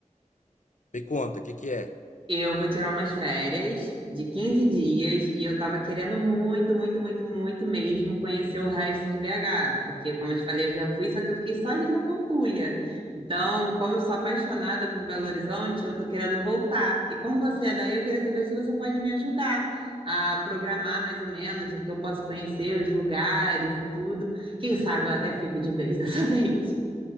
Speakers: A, on the left; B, on the right.
A: Me conta, o que que é?
B: Eu vou tirar umas férias de 15 dias e eu tava querendo muito, muito, muito, muito mesmo conhecer o resto de BH, porque como eu te falei, eu já fui, só que eu fiquei só ali na Pampulha. Então, como eu sou apaixonada por Belo Horizonte, eu tô querendo voltar. E como você é daí, eu queria saber se você pode me ajudar a programar mais ou menos o que eu posso conhecer, os lugares e tudo. Quem sabe eu até fico de vez <laughs> dessa vez.